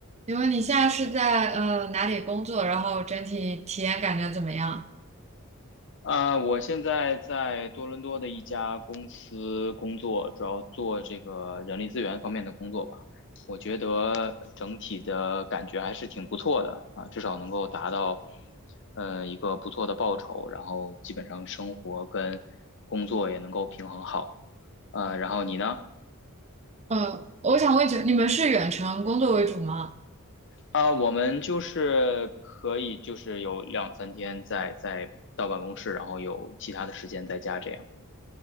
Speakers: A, on the right (about 30°); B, on the left (about 55°).
A: 请问你现在是在呃哪里工作？然后整体体验感觉怎么样？
B: 呃，我现在在多伦多的一家公司工作，主要做这个人力资源方面的工作吧。我觉得整体的感觉还是挺不错的啊，至少能够达到呃一个不错的报酬，然后基本上生活跟工作也能够平衡好。呃，然后你呢？
A: 呃，我想问一句，你们是远程工作为主吗？
B: 啊，我们就是可以就是有两三天在在到办公室，然后有其他的时间在家这样。